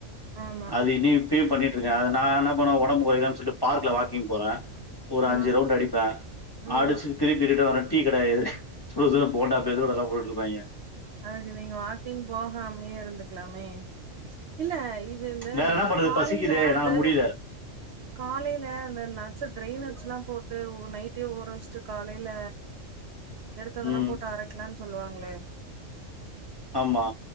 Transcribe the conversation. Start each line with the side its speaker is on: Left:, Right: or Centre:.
Right: ஆமா
Left: அது இனி ஃபீல் பண்ணிட்ருக்கேன் அது நான் என்ன பண்ணே உடம்பு கொறைக்லானு சொல்ட்டு பார்க்ல வாக்கிங் போறேன் ஒரு
Right: ஆ
Left: அஞ்சு ரவுண்ட் அடி
Right: ம்
Left: அடிச்சு திருப்பிட் இங்க ஒரு டீ கெடையாது சுட சுட போண்டா மெது வடலா போட்ருப்பாங்க
Right: அதுக்கு நீங்க வாக்கிங் போகாமே இருந்துக்கலாமே இல்ல இது இந்த
Left: வேற என்ன பண்றது?
Right: காலைல
Left: பசிக்குதே! என்னால
Right: அந்த
Left: முடியல.
Right: காலைல அந்த நட்சு ட்ரைனட்சுலா போட் இத நைட்டே ஊற வெச்ட்டு காலைல எடுத்ததெல்லா
Left: ம்.
Right: போட்டு அரைக்கலாம்னு சொல்லுவாங்க ங்களே
Left: ஆமா